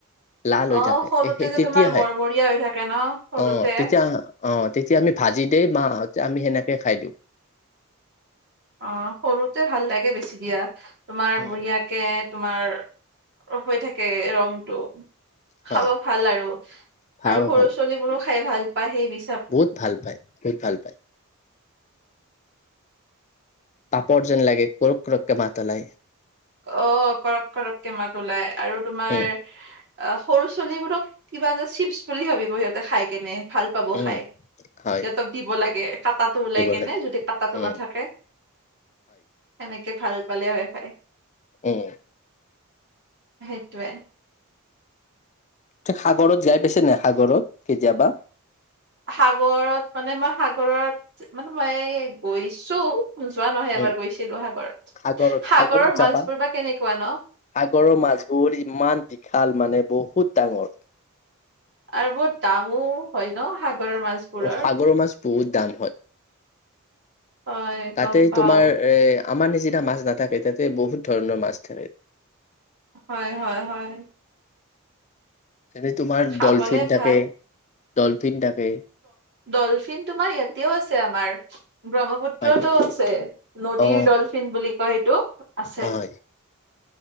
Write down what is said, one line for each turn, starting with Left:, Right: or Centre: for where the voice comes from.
Left: লাল হৈ
Right: অ
Left: থাকে
Right: সৰুতে
Left: এই
Right: যে
Left: তেতিয়াহে
Right: তোমাৰ মৰমৰীয়া হৈ থাকে ন সৰুতে
Left: অ', তেতিয়া অ', তেতিয়া আমি ভাজি দেই মাহঁতে আমি সেনেকেই খাই দিওঁ।
Right: অ', সৰুতে ভাল লাগে বেছি দিয়া, তোমাৰ
Left: উম
Right: বঢ়িয়া কে তোমাৰ অলপ হৈ থাকে ৰংটো।
Left: হয়
Right: খাব ভাল আৰু,
Left: ভাল
Right: আৰু সৰু
Left: ভাল
Right: ছোৱালীবোৰো খাই ভাল পায় সেই বি
Left: বহুত ভাল পায়, বহুত ভাল পায়। পাপৰ যেন লাগে, কুৰোক, কুৰোককে মাত ওলায়।
Right: অ', কৰক, কৰক কে মাত ওলাই আৰু তোমাৰ
Left: উম
Right: অ', সৰু ছোৱালীবোৰক কিবা এটা চিপছ বুলি ভাবিব সিহঁতে খাই কেনে। ভাল পাব
Left: উম
Right: খাই,
Left: হয়
Right: সিহঁতক দিব লাগে <unintelligible> কাটাটো ওলাই
Left: দিব
Right: কেনে
Left: লাগে
Right: যদি কাটাটো
Left: উম
Right: নাথাকে সেনেকে ভাল পালে হয় <unintelligible>
Left: এহ
Right: সেইটোৱেই।
Left: <unintelligible> সাগৰত যায় পাইছে নে নাই সাগৰত কেতিয়াবা?
Right: সাগৰত মানে মই সাগৰত <unintelligible> মই গৈছোঁ, যোৱা নহয়
Left: উম
Right: এবাৰ গৈছিলোঁ সাগৰত।
Left: সাগৰত
Right: সাগৰৰ
Left: সাগৰত যাবা
Right: মাছবোৰ বা কেনেকুৱা ন?
Left: সাগৰৰ মাছবোৰ ইমান বিশাল মানে বহুত ডাঙৰ।
Right: আৰু বহুত দামো হয় ন সাগৰৰ মাছবোৰৰ?
Left: সাগৰৰ মাছ বহুত দাম
Right: হয়
Left: তাতেই
Right: গম পাও
Left: তোমাৰ এ আমাৰ নিচিনা মাছ নাথাকে তাতে বহুত ধৰণৰ মাছ থাকে।
Right: হয়, হয়, হয়।
Left: এনে তোমাৰ
Right: খাবলে
Left: ডলফিন থাকে,
Right: ভাল
Left: ডলফিন থাকে।
Right: ডলফিন তোমাৰ ইয়াতেও আছে আমাৰ ব্ৰহ্মপুত্ৰ
Left: হয়
Right: পুত্ৰতো,
Left: নেকি
Right: আছে নদীৰ
Left: অ
Right: ডলফিন বুলি কয় সেইটোক আছে।
Left: হয়